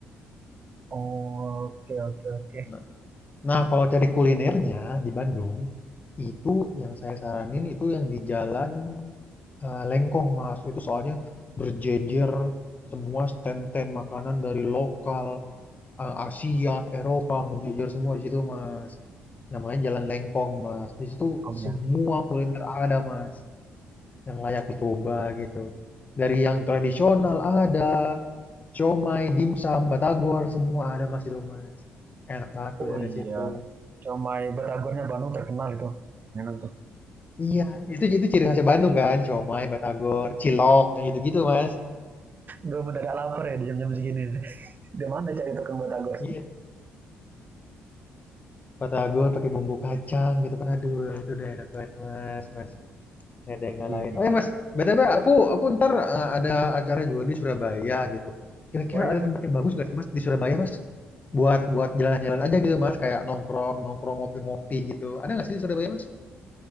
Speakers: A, on the right (about 40°); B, on the left (about 35°).
A: Oke oke oke.
B: Nah, nah, kalau cari kulinernya di Bandung, itu yang saya saranin itu yang di Jalan eh, Lengkong, Mas. Itu soalnya berjejer semua stand-stand makanan dari lokal, eee, Asia, Eropa, menjejol semua di situ, Mas. Namanya Jalan Lengkong, Mas. Di situ
A: Om ya.
B: semua kuliner ada, Mas, yang layak dicoba gitu. Dari yang tradisional ada, siomay, dimsum, batagor, semua ada, Mas, itu, Mas. Enak banget tuh
A: Oh
B: dari situ.
A: iya. Comai batagornya Bandung terkenal itu. Enak tuh.
B: Iya, itu itu ciri khasnya Bandung kan, siomay, batagor, cilok, yang gitu-gitu, Mas.
A: Gue mendadak lapar ya di jam-jam segini. <laughs> Di mana cari tukang batagor?
B: Iya, batagor pakai bumbu kacang gitu kan, aduh, itu udah enak banget, Mas Mas. Nggak ada yang ngalahin.
A: Iya.
B: Oh ya Mas, BTW aku aku ntar eh, ada acara juga di Surabaya gitu. Kira-kira
A: Oh ya.
B: ada tempat yang bagus nggak sih Mas di Surabaya Mas? Buat buat jalan-jalan aja gitu Mas, kayak nongkrong nongkrong ngopi-ngopi gitu. Ada nggak sih di Surabaya Mas?